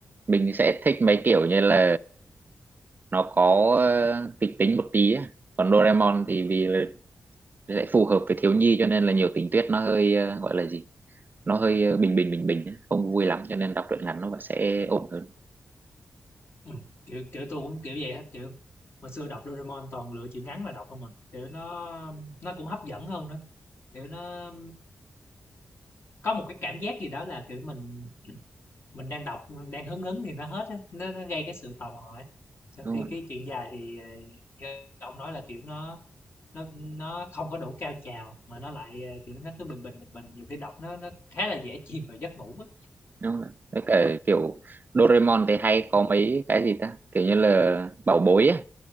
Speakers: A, on the right (about 40°); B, on the left (about 55°).
A: mình sẽ thích mấy kiểu như là nó có ờ, kịch tính một tí á. còn Doraemon thì vì là sẽ phù hợp với thiếu nhi cho nên là nhiều tình tiết nó hơi ờ, gọi là gì nó hơi ờ, bình bình bình bình á, không vui lắm cho nên đọc truyện ngắn nó vẫn sẽ ổn hơn
B: Ừm, kiểu, kiểu, tôi cũng kiểu vậy á, kiểu, hồi xưa đọc Doraemon toàn lựa chuyện ngắn mà đọc không mình kiểu, nó nó cũng hấp dẫn hơn nữa, kiểu, nó có một cái cảm giác gì đó là, kiểu, mình mình đang đọc, mình đang hứng hứng thì nó hết á, nó nó gây cái sự tò mò ấy. Trong
A: đúng
B: khi
A: không
B: cái chuyện dài thì, ờ, như ông nói là, kiểu, nó nó nó không có đủ cao trào mà nó lại, ờ, kiểu, nó cứ bình bình, bình bình, nhiều khi đọc nó nó khá là dễ chìm vào giấc ngủ á.
A: đúng rồi với cả kiểu Doraemon thì hay có mấy cái gì ta kiểu như là bảo bối á